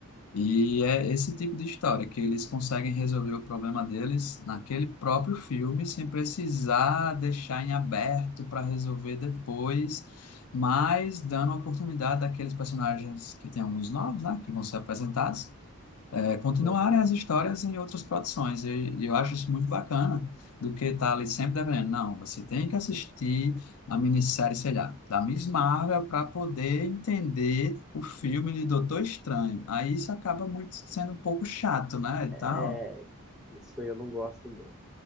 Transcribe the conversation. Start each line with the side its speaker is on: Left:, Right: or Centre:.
Left: E é esse tipo de história que eles conseguem resolver o problema deles naquele próprio filme, sem precisar deixar em aberto para resolver depois, mas dando a oportunidade daqueles personagens que têm alguns novos, né, que vão ser apresentados é, continuarem
Centre: aham.
Left: as histórias em outras produções. E e eu acho isso muito bacana, do que estar ali sempre dependendo. Não, você tem que assistir a minissérie, sei lá, da Miss Marvel para poder entender o filme de Doutor Estranho. Aí isso acaba muito sendo um pouco chato, né? E
Centre: É,
Left: tal.
Centre: isso aí eu não gosto, não.